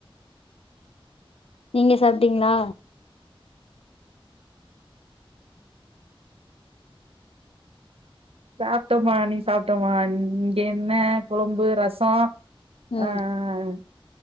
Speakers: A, on the left (about 80°); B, on the right (about 85°).
A: நீங்க சாப்ப்டீங்களா
B: சாப்பிட்டோமா நீ சாப்பிட்டோமா நீங்க எண்ணெய் குழம்பு ரசம்
A: ம்
B: ஆஹ்